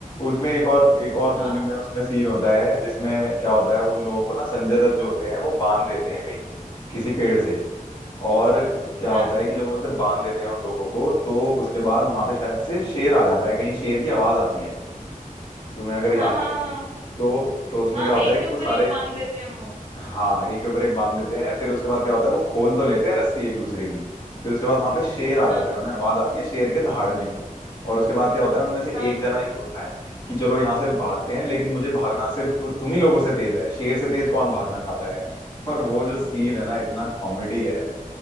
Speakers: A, on the left (about 30°); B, on the right (about 45°).
A: उसमें एक और एक और मूवी
B: हाँ
A: में उसमें सीन होता है जिसमें क्या होता है उन लोगों को ना संजय दत्त जो होते हैं वो बांध देते हैं कहीं किसी पेड़ से और
B: हम्म,
A: क्या होता
B: हाँ।
A: है कि जब वो उसे बांध देते हैं उन लोगों को तो उसके बाद वहां पे शायद से शेर आ जाता है कहीं शेर की आवाज आती है तुम्हें अगर याद
B: हाँ हाँ हाँ
A: हो
B: हाँ
A: तो तो उसमें
B: हाँ,
A: क्या होता
B: एक
A: है
B: के
A: कि
B: ऊपर
A: वो सारे
B: एक बांध देते हैं वो
A: हाँ एक के ऊपर एक बांध देते हैं फिर उसके बाद क्या होता है वो खोल तो लेते हैं रस्सी एक दूसरे की फिर उसके बाद वहां पे शेर आ जाता
B: हाँ
A: है उन्हें आवाज आती है शेर के दहाड़ने की और उसके बाद क्या होता है उनमें से
B: हाँ
A: एक जना ये बोलता है कि चलो यहाँ से भागते हैं लेकिन मुझे भागना सिर्फ तुम ही लोगों से तेज है शेर से तेज कौन भागना चाहता है <laughs> और वो जो सीन है ना इतना कॉमेडी है